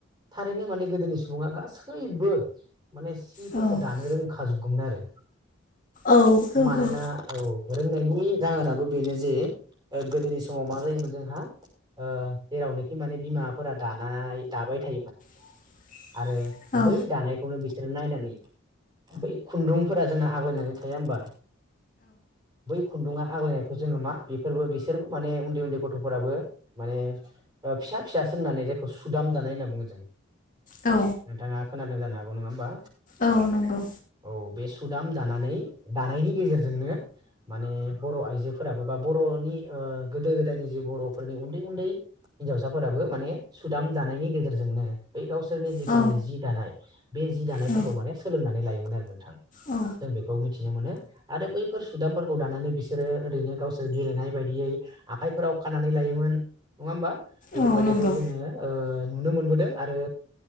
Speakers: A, on the right; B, on the left.
A: थारैनो माने गोदोनि सुबुङा गासैबो माने सिफोरखौ
B: औ
A: दानो रोंखाजोबगौमोन आरो
B: औ नंगौ
A: मानोना औ रोंनायनि जाहोनाबो बेनो जे गोदोनि समाव मा जायोमोन जोंहा ओ जेरावनोखि माने बिमाफोरा दानाय दाबाय थायोमोन
B: <inaudible>
A: आरो
B: औ
A: बै दानायखौ बिसोर नायनानै बै खुन्दुंफोरा जोंना आग्लायनानै थाया होमबा बै खुन्दुङा आग्लायनायखौ जोङो मा बेफोरबो बिसोरबो माने उन्दै उन्दै गथ'फोराबो माने फिसा फिसा सोंनानै जायखौ सुदाम दानाय होनना बुङो जों नोंथाङा
B: औ
A: खोनादों जानो हागौ नङा होमबा
B: औ नंगौ
A: औ बे सुद दाम दानानै दानायनि गेजेरजोंनो माने बर' आइजोफोराबो बा बर'नि ओ गोदो गोदायनि जि बर'फोरनि उन्दै उन्दै हिन्जावसाफोराबो माने सुदाम जानायनि गेजेरजोंनो बै गावसोरनि जिखिनि
B: औ
A: जि दानाय बे जि माने
B: औ
A: सोलोंनानै लायोमोन आरो नोंथां
B: औ
A: जों बेखौ मिथिनो मोनो आरो बैफोर सुदामफोरखौ लानानै बिसोरो ओरैनो गावसोर गेलेनाय बायदियै आखाइफोराव खानानै लायोमोन नङा होमबा बेफोरबायदिखौ
B: औ नंगौ
A: जोङो ओ नुनो मोनबोदों आरो